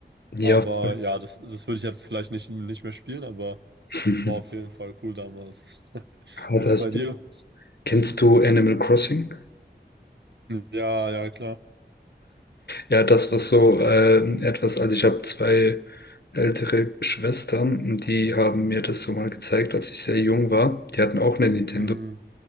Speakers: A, on the left; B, on the right.
A: Ja,
B: Aber
A: voll.
B: ja, das, das würde ich jetzt vielleicht nicht, nicht mehr spielen, aber
A: <laughs>
B: war auf jeden Fall cool damals. <laughs>
A: Aber
B: Wie ist
A: hast,
B: bei dir?
A: kennst du Animal Crossing?
B: Ja, ja, klar.
A: Ja, das, was so ähm, etwas, also ich habe zwei ältere Schwestern, die haben mir das so mal gezeigt, als ich sehr jung war. Die hatten auch eine Nintendo.
B: Mhm,